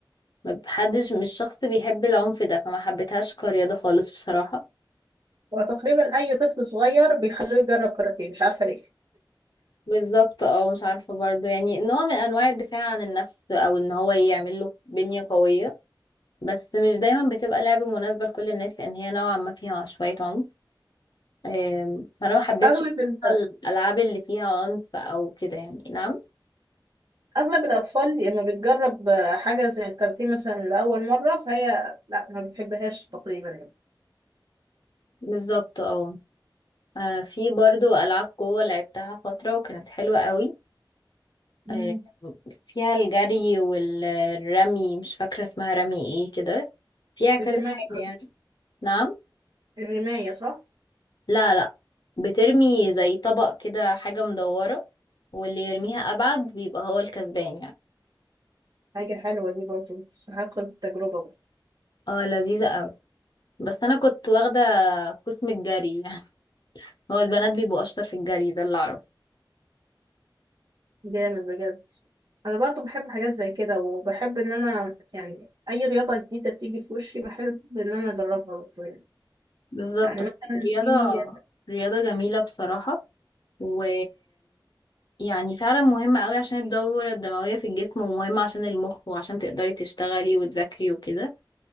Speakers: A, on the left; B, on the right.
A: ما بحدش مش شخص بيحب العنف ده فما حبيتهاش كرياضه خالص بصراحه
B: وتقريبا اي طفل صغير بيخلوه يجرب كاراتيه مش عارفة ليه
A: بالظبط اه مش عارفه برضو يعني نوع من انواع الدفاع عن النفس او ان هو يعمل له بنيه قويه بس مش دايما بتبقى لعبه مناسبه لكل الناس لان هي نوعا ما فيها شويه عنف آم، فانا ما حبيتش
B: اغلب
A: بصراحة
B: ال...
A: الالعاب اللي فيها عنف او كده يعني نعم
B: اغلب الاطفال لما بتجرب حاجة زي الكاراتيه مثلا لاول مرة فهي لا ما بتحبهاش تقريبا يعني
A: بالظبط اه آه، في برضو ألعاب قوة لعبتها فترة وكانت حلوة قوي
B: مم.
A: آه، فيها الجري والرمي مش فاكرة اسمها رمي ايه كده فيها كذا
B: الرماية
A: حاجة
B: قصدي.
A: يعني نعم
B: الرماية صح
A: لا لا بترمي زي طبق كده حاجة مدورة واللي يرميها أبعد بيبقى هو الكسبان يعني
B: حاجة حلوة دي برضو بتستحق التجربة برضو.
A: اه لذيذة قوي بس أنا كنت واخدة قسم الجري يعني <laughs> هو البنات بيبقوا أشطر في الجري ده اللي أعرفه
B: جامد بجد انا برضو بحب حاجات زي كده وبحب ان انا يعني اي رياضة جديدة بتيجي في وشي بحب ان انا اجربها برضو يعني.
A: بالظبط
B: يعني مثلا
A: الرياضة
B: في
A: رياضة جميلة بصراحة و يعني فعلا مهمة قوي عشان الدورة الدموية في الجسم ومهمة عشان المخ وعشان تقدري تشتغلي وتذاكري وكده